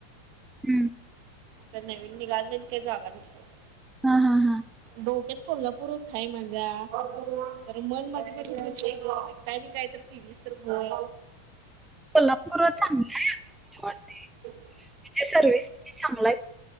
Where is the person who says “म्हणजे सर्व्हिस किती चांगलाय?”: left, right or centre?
Centre